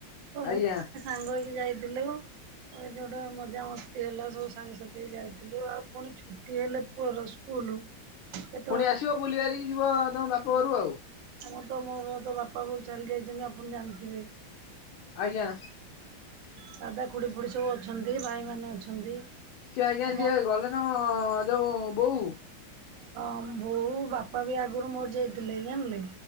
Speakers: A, on the right; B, on the left.
A: ସବୁ
B: ଆଜ୍ଞା
A: ସାଙ୍ଗ ହେଇକି ଯାଇଥିଲୁ ଯୋଉଠୁ ମଜା ମସ୍ତି ହେଲା ସବୁ ସାଙ୍ଗ ସାଥୀ ହେଇକି ଯାଇଥିଲୁ ଆଉ ପୁଣି ଛୁଟି ହେଲେ ପୁଅର ସ୍କୁଲ କେତେବେଳେ
B: ପୁଣି ଆସିବ ବୁଲିି ବାଲିକି ଯିବ ତମ ବାପ ଘରୁ ଆଉ।
A: ହଁ ତ ମୋ ତ ବାପା ବୋଉ ଚାଲି ଯାଇଛନ୍ତି ଆପଣ ଜାଣିଥିବେ।
B: ଆଜ୍ଞା।
A: ଦାଦା ଖୁଡି ଫୁଡି ସବୁ ଅଛନ୍ତି ଭାଇମାନେ ଅଛନ୍ତି।
B: ସିଏ ଆଜ୍ଞା
A: ଆମ
B: ଯିଏ ଗଲେ ତମ ଯୋଉ ବୋଉ?
A: ହଁ ବୋଉ ବାପା ବି ଆଗରୁ ମରି ଯାଇଥିଲେ ଜାଣିଲେ।